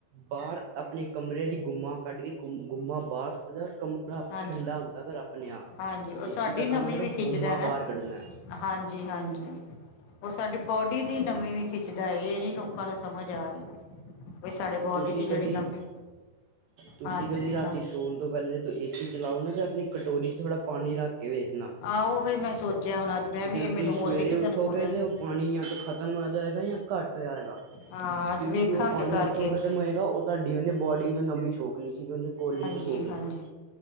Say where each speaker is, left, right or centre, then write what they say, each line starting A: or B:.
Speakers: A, on the right (about 80°); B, on the left (about 85°).
A: ਬਾਹਰ ਆਪਣੇ ਕਮਰੇ ਦੀ ਗੁੰਮਾ ਕੱਢ ਕੇ ਗੁੰਮਾ ਬਾਹਰ ਸੁੱਟਦਾ, ਕਮਰਾ
B: ਹਾਂਜੀ
A: ਠੰਡਾ ਹੁੰਦਾ ਫਿਰ ਆਪਣੇ ਆਪ।
B: ਹਾਂਜੀ ਉਹ ਸਾਡੀ
A: ਏਸੀ ਦਾ
B: ਨਮੀ
A: ਕੰਮ ਸਿਰਫ਼
B: ਵੀ ਖਿੱਚਦਾ
A: ਗੁੰਮਾ
B: ਨਾ
A: ਬਾਹਰ ਕੱਢਣਾ ਹੈ।
B: ਹਾਂਜੀ ਹਾਂਜੀ, ਉਹ ਸਾਡੀ ਬੋਡੀ ਦੀ ਨਮੀਂ ਵੀ ਖਿੱਚਦਾ ਇਹ ਨੀ ਲੋਕਾਂ ਨੂੰ ਸਮਝ ਆ ਰਹੀ, ਵੀ ਸਾਡੇ ਬੋਡੀ
A: ਤੁਸੀਂ
B: 'ਚ ਜਿਹੜੀ
A: ਕਦੀ
B: ਨਮੀ
A: ਤੁਸੀਂ
B: ਹਾਂਜੀ
A: ਕਦੀ ਰਾਤੀ,
B: ਹਾਂ
A: ਸੌਣ ਤੋਂ ਪਹਿਲੇ ਜਦੋਂ ਏ ਸੀ ਚਲਾਉ ਨਾ ਤਾਂ ਆਪਣੀ ਕਟੋਰੀ 'ਚ ਥੋੜ੍ਹਾ ਪਾਣੀ ਰੱਖ ਕੇ ਵੇਖਣਾ
B: ਆਹ ਉਹੀ ਮੈਂ ਸੋਚਿਆ ਹੁਣ ਅੱਜ ਮੈਂ
A: ਅਤੇ ਜਦੋਂ
B: ਵੀ ਮੈਨੂੰ
A: ਤੁਸੀਂ ਸਵੇਰੇ
B: ਹੋਰ ਵੀ ਕਿਸੇ
A: ਉੱਠੋਗੇ,
B: ਨੇ ਬੋਲਿਆ
A: ਤਾਂ
B: ਸੀ
A: ਉਹ ਪਾਣੀ ਜਾਂ ਤਾਂ ਖ਼ਤਮ ਹੋ ਜਾਂਦਾ ਹੈਗਾ ਜਾਂ ਘੱਟ ਹੋਇਆਂ ਹੋਗਾ,
B: ਹਾਂ ਅੱਜ
A: ਕਿਉਂਕਿ
B: ਵੇਖਾਂਗੇ
A: ਜੋ ਪਾਣੀ
B: ਕਰਕੇ
A: ਉੱਥੋਂ ਖਤਮ ਹੋਏਗਾ ਤੁਹਾਡੀ ਉਹਨੇ ਬੋਡੀ ਚੋਂ ਨਮੀ ਸੋਕ ਲਈ ਸੀਗੀ ਉਹਨੇ ਕੋਲੀ
B: ਹਾਂਜੀ
A: 'ਚ ਸੋਖ ਲੈਣਾ
B: ਹਾਂਜੀ